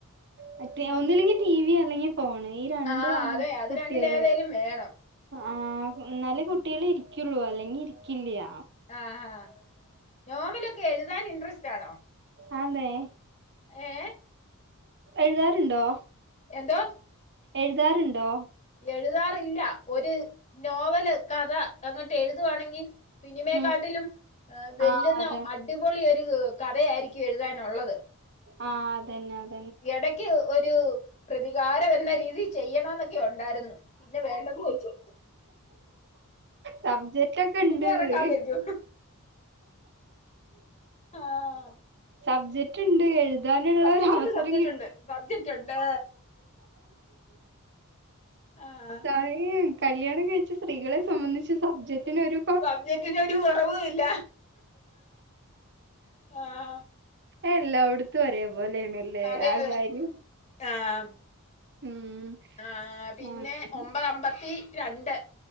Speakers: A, on the right (about 55°); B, on the left (about 30°).
A: മറ്റേ
B: ഉം
A: ഒന്നുല്ലെങ്കി ടി വി അല്ലെങ്കി ഫോണ് ഈ രണ്ടു
B: ആഹ്
A: ആണ്
B: അതെ അത്
A: കുട്ടികള്
B: രണ്ടിലേതേലും വേണം
A: ആ ന്നാലേ
B: ഉം.
A: കുട്ടികളിരി ക്കുള്ളു അല്ലെങ്കി ഇരിക്കില്ലിയാ.
B: ആഹാ നോവലൊക്കെ എഴുതാൻ ഇൻട്രസ്റ്റ് ആണൊ
A: ആന്നേ.
B: ഏഹ്
A: എഴുതാറുണ്ടോ
B: എന്തോ
A: എഴുതാറ്ണ്ടോ
B: എഴുതാറില്ല ഒരു നോവല് കഥ അങ്ങട്ട് എഴുതവാണെങ്കിൽ സിനിമയക്കാട്ടിലും
A: ഉം
B: വെല്ലുന്ന
A: ആഹ് അതെ
B: അടിപൊളി ഒരു കഥയായിരിക്കും എഴുതാനുള്ളത്
A: ആഹ് അതന്നെ അതെ
B: ഇടക്ക് ഒരു പ്രതികാരം എന്ന രീതിൽ ചെയ്യണം എന്നൊക്കെ ഉണ്ടായിരുന്നു പിന്നെ വേണ്ടന്ന് വെച്ചു
A: സബ്ജക്റ്റ് ഒക്കെ
B: സിനിമ
A: ഇണ്ട്ന്ന്
B: ഇറക്കാൻ പറ്റൂ ആഹ്
A: സബ്ജക്ട് ഉണ്ട് എഴു താനുള്ള
B: സബ്ജക്റ്റുണ്ട്
A: ഒരു അവസരം
B: സബ്ജക്റ്റുണ്ട്
A: കിട്ടും
B: സബ്ജക്റ്റുണ്ട് ആഹ്
A: സമയി കല്യാണം കഴിച്ച സ്ത്രീകളെ സംബന്ധിച്ച് സബ്ജക്റ്റനൊരു
B: സബ്ജക്റ്റിനൊരു കുറവു ഇല്ല ആഹ്
A: എല്ലാവിടുത്തും ഒരേ പോലെണല്ലേ
B: അതെ
A: ആ
B: അതെ
A: കാര്യം
B: ആഹ്
A: ഉം
B: ആഹ് പിന്നെ
A: അങ്ങനെ.
B: ഒമ്പത അമ്പത്തി രണ്ട്